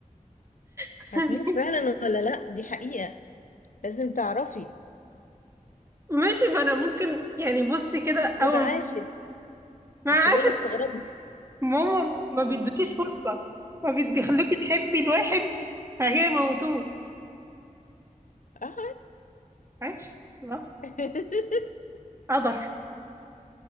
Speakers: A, on the right; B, on the left.
A: <laughs>
B: هتموت فعلا ولا لا دي حقيقه لازم تعرفي
A: ماشي ما انا ممكن يعني بصي كده اول
B: فريد عاشت
A: ما ما
B: وكلنا
A: عشان
B: استغربنا
A: ماما ما بيدوكيش فرصة ما بي- بيخلوكي تحبي الواحد فهي موتوه
B: آه
A: عادش لا
B: <laughs>
A: قدر